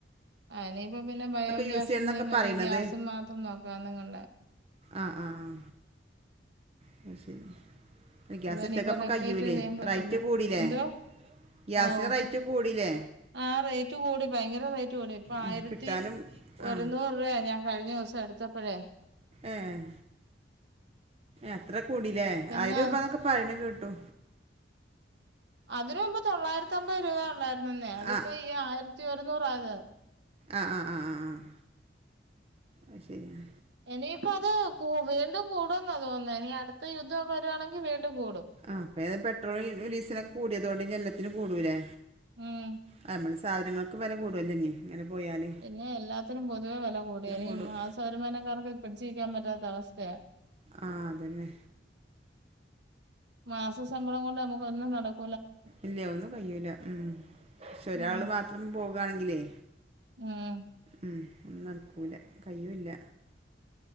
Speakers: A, on the right; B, on the right.
A: ആഹ് ഇനിയിപ്പ പിന്നെ ബയോഗ്യാസിന്റെ
B: യൂസ് ചെയ്യണമെന്നൊക്കെ
A: മറ്റേ
B: പറയണത്
A: ഗ്യാസും മാത്രം നോക്കാന്നുംകണ്ട
B: ആഹ് ആഹ് അത് ശരി ഗ്യാസ്
A: അതനിയിപ്പോ
B: കിട്ടാതാവുമ്പൊ
A: റിപ്പീറ്റ്
B: കയ്യൂല്ലേ
A: ചെയ്യാൻ പറ്റില്ല
B: റൈറ്റ് കൂടിലേ
A: എന്തോ
B: ഗ്യാസിന്
A: ഓഹ്
B: റെയ്റ്റ് കൂടിയില്ലേ
A: ആഹ് റേറ്റ് കൂടി ഭയങ്കര റേറ്റ് കൂടി ഇപ്പൊ
B: ഉം,
A: ആയിരത്തി
B: കിട്ടാനും ആ
A: ഒരുന്നൂറ് രൂപയാ ഞാൻ കഴിഞ്ഞ ദിവസം എടുത്ത പ്പഴേ
B: ഏഹ് അത്ര കൂടില്ലേ
A: പിന്നെ
B: ആയിരം രൂപന്നൊക്കെ പറയണ കേട്ടു
A: അതിന് മുമ്പ് തൊള്ളായിരത്തി അമ്പത് രൂപയ ഉള്ളായിരുന്നന്നെ അതിപ്പോ
B: ആ
A: ഈ ആയിരത്തി ഒരുന്നൂറായത്
B: ആഹ് ആഹ് ആഹ് ആഹ് അത് ശരി ആണ്
A: ഇനിയിപ്പൊ അത് കൂ വീണ്ടും കൂടുവെന്ന തോന്ന്ന്നെ ഇനി അടുത്ത യുദ്ധമൊക്കെ വരുവാണെങ്കിൽ വീണ്ടും കൂടും
B: ആഹ് അപ്പ ഏതാ പെട്രോൾ ഡീസല് ഒക്കെ കൂടിയതുകൊണ്ട് ഇനി എല്ലത്തിനും കൂടൂലേ
A: ഉം
B: ആഹ് നമ്മള് സാധനങ്ങൾക്കും വില കൂടുതൽ അല്ലെ ഇനി ഇങ്ങനെ പോയാല്
A: പിന്നെ എല്ലാത്തിനും പൊതുവെ വില കൂട ഇനി
B: കൂടും
A: മാസ വരുമാനക്കാർക്ക് പിടിച്ചിരിക്കാൻ പറ്റാത്ത അവസ്ഥയാ
B: ആഹ് അതന്നെ
A: മാസ ശമ്പളം കൊണ്ട് നമുക്ക് ഒന്നും നടക്
B: ഇല്ല ഒന്നും കയൂല്ല ഉം പക്ഷെ ഒരാള്
A: ഉം
B: മാത്രം പോകയാണെങ്കിലേ
A: ഉം
B: ഉം ഒന്നും നടക്കുല്ല കഴിയൂല്ല